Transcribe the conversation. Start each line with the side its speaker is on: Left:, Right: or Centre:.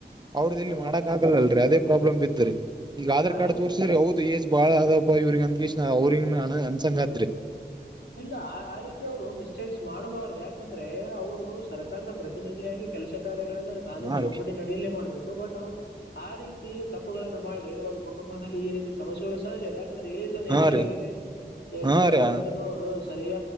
Right: ಅವ್ರದ ಇಲ್ಲಿ
Left: ಅದು
Right: ಮಾಡಕಕ್ ಆಗಲ್ಲಲ್ರರಿ ಅದೇ ಪ್ರಾಬ್ಲಮ್ ಇ ಈಗ ಆಧಾರ್
Left: ಆ
Right: ಕಾರ್ಡ್
Left: ರೀತಿ
Right: ತೋರ್ಸಿದ್ರೆ ಹೌದು ಏಜ್ ಬಾಳ ಅದಪ್ಪ ಇವ್ರಿಗೆ ಅನ್ಕಷ ಅವ್ರಿ ಅನ್ಸಂಗತ್
Left: ಇಲ್ಲ ಆ ರೀತಿ ಅವ್ರು ಮಿಸ್ಟೇಕ್ಸ್ ಮಾಡ್ಬಾರ್ದು ಯಾಕಂದ್ರೆ ಅವರು ಸರ್ಕಾರದ ಪ್ರತಿನಿಧಿಯಾಗಿ ಕೆಲಸ ಕಾರ ಕಾನೂನು
Right: ಹಾ
Left: ಚೌಕಟಿ
Right: ರೀ
Left: ನಡಲಿೇ ಮಾಡ್ಬೇಕು ಬಟ್ ಅವ್ರು ಆ ರೀತಿ ತಿ ತಪ್ಪುಗಳನ್ನು ಮಾಡಿ ಒಂದು ಕುಟುಂಬದಲ್ಲಿ ಈ ರೀತಿ ಸಮಸ್ಯೆಗಳು ಸಹಜದೆೆ ಏಜ್ ಒ ಹೆಚ್ಚಿಗಾಗಿದೆ
Right: ಹಾ ರೀ
Left: ಏನ್
Right: ಹಾ
Left: ಬೇಡಾರಿ
Right: ರೀ
Left: ಅಂತೋ ಅದು ಸರಿಯ